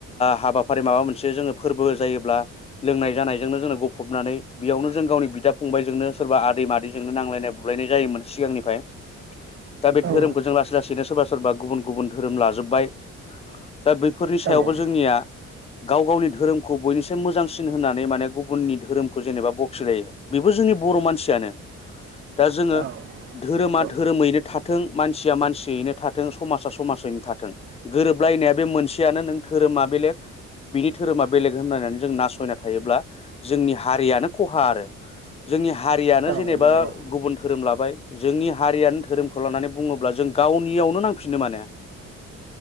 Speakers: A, on the left; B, on the right.
A: हाबाफारि माबा मोनसे जोङो फोरबो जायोब्ला लोंनाय जानाय जोंनो जोंनो गफबनानै बेयावनो जों गावनि बिदा फंबायजोंनो सोरबा आदै मादैजोंनो नांलायनाय बुलायनाय जायोमोन सिगांनिफ्राय दा बे
B: औ
A: धोरोमखौ जों लासै लासैनो सोरबा सोरबा गुबुन गुबुन धोरोम लाजोबबाय <unintelligible> दा बैफोरनि सायावबो
B: नंगौ
A: जोंनिया गाव गावनि धोरोमखौ बयनिस्रम मोजांसिन होननानै माने गुबुननि धोरोमखौ जेनेबा बखिलायो बेबो जोंनि बर' मानसियानो दा जोङो
B: औ
A: धोरोमा
B: नंगौ
A: धोरोमैनो थाथों मानसिया मानसियैनो थाथों समाजा समाजैनो थाथों गोरोबलायनाया बे मोनसेयानो नों धोरोमा बेलेग बिनि धोरोमा बेलेग होननानै जों नासयना थायोब्ला जोंनि हारियानो खहा आरो जोंनि हारिया नो
B: औ
A: जेनेबा
B: नंगौ
A: गुबुन धोरोम लाबाय जोंनि हारियानो धोरोमखौ लानानै बुङोब्ला जों गावनियावनो नांफिनो माने